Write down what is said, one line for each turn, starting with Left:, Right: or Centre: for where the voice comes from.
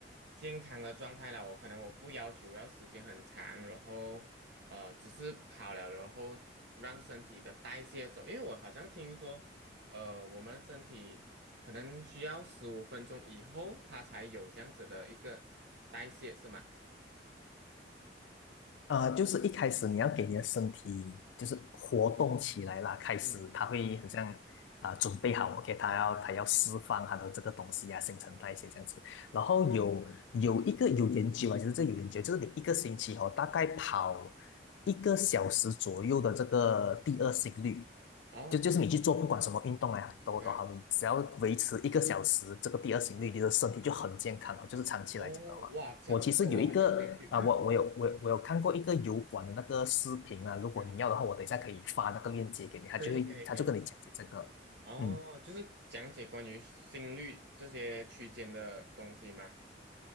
Right: 健康的状态了，我可能我不要求要时间很长，然后呃，只是跑了，然后让身体的代谢走，因为我好像听说，呃，我们身体可能需要十五分钟以后，它才有这样子的一个代谢，是吗？
Left: 呃，就是一开始你要给你的身体就是活动起来啦，开始它会很像啊、
Right: 嗯
Left: 准备好，OK，它要它要释放它的这个东西啊，新陈代谢这样子。然后有有一个有研究啊，
Right: 嗯
Left: 其实这有研究，就是你一个星期哦，
Right: 嗯，
Left: 大概跑一个小时左右的这个第二心率，
Right: 哦，
Left: 就就是你去做不管什么运动啊，都都好，
Right: 嗯，
Left: 你只要维持一个小时这个第二心率，你的身体就很健康了，就是长期来讲的话。
Right: 哦，哇，这样这个我很有兴趣。
Left: 我其实有一个啊、
Right: <laughs>
Left: 我我有我有我有看过一个油管的那个视频啊，如果你要的话，
Right: 嗯，
Left: 我等一下可以发那个链接给你，他就会他就跟你讲解这个，
Right: 可以可以可以。哦，
Left: 嗯
Right: 就是讲解关于心率这些区间的东西吗？